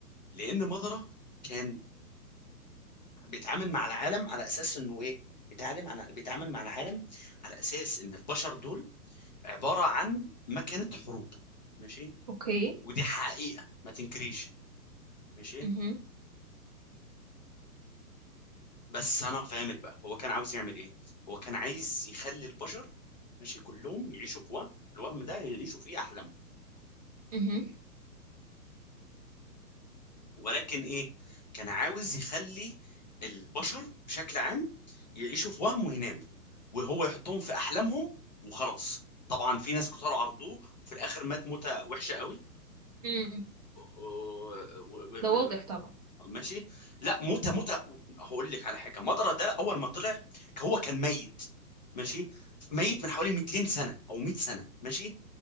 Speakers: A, on the left; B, on the right.
A: لان مضرة كان بيتعامل مع العالم على اساس انه ايه بيتعامل على بيتعامل مع العالم على اساس ان البشر دول عبارة عن مكنة حروب ماشي
B: اوكي
A: ودي حقيقة ما تنكريش ماشي
B: امم
A: بس انا هفهمك بقى هو كان عاوز يعمل ايه هو كان عايز يخلي البشر ماشي كلهم يعيشوا في وهم الوهم ده يعيشوا فيه احلامهم
B: امم
A: ولكن ايه كان عاوز يخلي البشر بشكل عام يعيشوا في وهم ويناموا وهو يحطهم في احلامهم وخلاص طبعا في ناس كتار عرضوه وفي الاخر مات موتة وحشة قوي
B: امم
A: و- و- و-
B: ده واضح طبعا
A: ماشي لا موتة موتة هقول لك على حاجة مضرة ده اول ما طلع هو كان ميت ماشي ميت من حوالي 200 سنة او 100 سنة ماشي